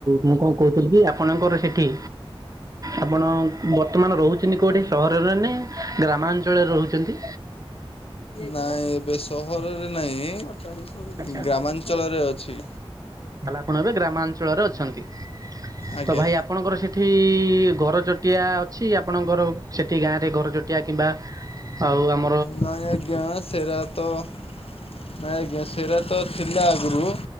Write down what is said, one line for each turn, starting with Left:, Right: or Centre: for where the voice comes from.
Right: ମୁଁ କଣ କହୁଥିଲି କି ଆପଣଙ୍କର ସେଠି ଆପଣ ବର୍ତ୍ତମାନ ରହୁଛନ୍ତି କୋଉଠି? ସହରରେ ନା ଗ୍ରାମାଞ୍ଚଳରେ ରହୁଛନ୍ତି?
Left: ନାଇଁ ବେଶ ସହରରେ ନାଇଁ
Right: ଆଚ୍ଛା
Left: ଗ୍ରାମାଞ୍ଚଳରେ ଅଛି।
Right: ତାହେଲେ ଆପଣ ଏବେ ଗ୍ରାମାଞ୍ଚଳରେ ଅଛନ୍ତି
Left: ଆଜ୍ଞା
Right: ତ ଭାଇ ଆପଣଙ୍କର ସେଠି ଏଠି ଘରଚଟିଆ ଅଛି ଆପଣଙ୍କର ସେଠି ଗାଁ ରେ ଘରଚଟିଆ କିମ୍ବା ଆଉ ଆମ
Left: ନାଇଁ ଆଜ୍ଞା ସେରା ତ ନାଇଁ ଆଜ୍ଞା ସେ ସେଇରା ତ ଥିଲା ଆଗରୁ